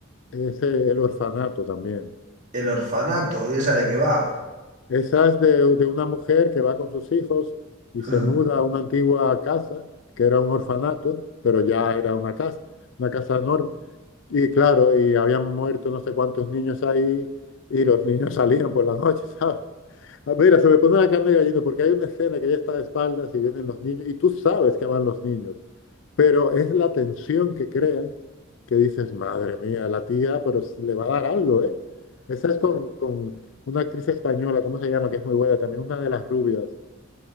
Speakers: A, on the left; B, on the right.
A: es eh, El Orfanato también.
B: el orfanato, ¿y esa de qué va?
A: Esa es de, de una mujer que va con sus hijos y
B: <laughs>
A: se muda a una antigua casa, que era un orfanato, pero ya era una casa, una casa enorme. Y claro, y habían muerto no sé cuántos niños ahí y los niños <laughs> salían por la noche, ¿sabes? Ah, Mira, se me pone la carne de gallina porque hay una escena que ella está de espaldas y vienen los niños y tú sabes que van los niños. Pero es la tensión que crean que dices, madre mía, la tía, pero s- le va a dar algo, ¿eh? Esa es con, con una actriz española, ¿cómo se llama? Que es muy buena también, una de las rubias,